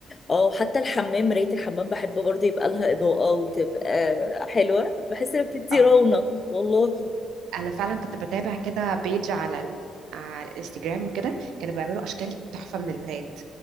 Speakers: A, on the left; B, on the right.
A: اه حتى الحمام مراية الحمام بحب برضه يبقى لها إضاءة وتبقى حلوة بحس إنها بتدي
B: اه
A: رونق والله
B: انا فعلا كنت بتابع كده بيج على ال... على الانستجرام وكده كانوا بيعملوا اشكال تحفه من المرايات